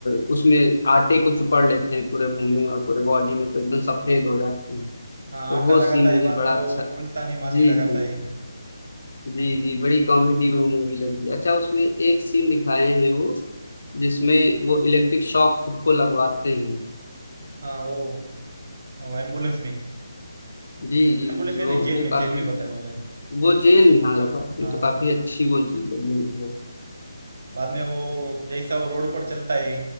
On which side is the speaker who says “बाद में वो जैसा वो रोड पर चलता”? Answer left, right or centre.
Right